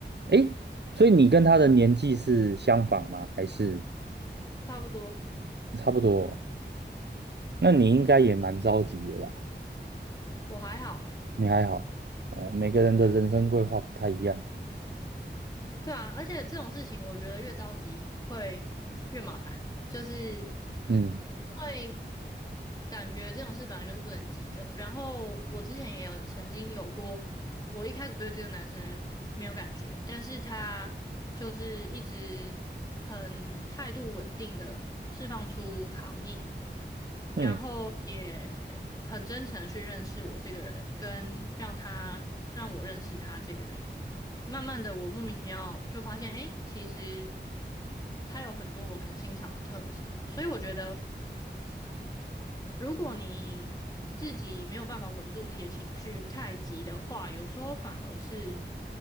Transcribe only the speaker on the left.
差不多。
我还好诶。
对啊，而且这种事情我觉得越着急会越麻烦，就是
因为感觉这种事本来就是不能急的。然后我之前也有曾经有过我一开始对这个男生没有感觉，但是他就是一直很态度稳定的释放出好意，
然后也很真诚的去认识我这个人，跟让他让我认识他这个人。慢慢的，我莫名其妙就发现，哎，其实他有很多我很欣赏的特质，所以我觉得。如果你自己没有办法稳住自己的情绪，太急的话，有时候反而是